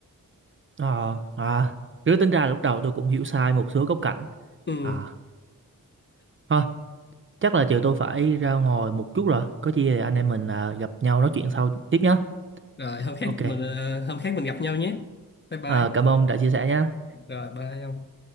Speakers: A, on the right; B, on the left.
A: Ờ, à, cứ tính ra lúc đầu tôi cũng hiểu sai một số góc cạnh.
B: ừ.
A: À, thôi, chắc là chiều tôi phải ra ngoài một chút rồi. Có gì anh em mình à, gặp nhau nói chuyện sau tiếp nhé.
B: rồi hôm khác
A: Ok,
B: mình ờ, hôm khác mình gặp nhau nhé bye bye
A: à, cảm ơn ông đã chia sẻ nhé.
B: rồi bye ông